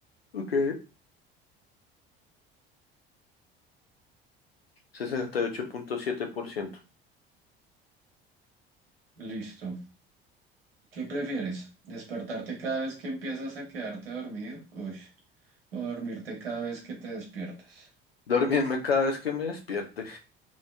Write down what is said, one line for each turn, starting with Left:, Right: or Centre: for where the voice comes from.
Left: Ok. sesenta y ocho punto siete por ciento
Right: Listo. ¿Qué prefieres? ¿Despertarte cada vez que empiezas a quedarte dormido? Uy. ¿O dormirte cada vez que te despiertas?
Left: Dormirme cada vez que me despierte.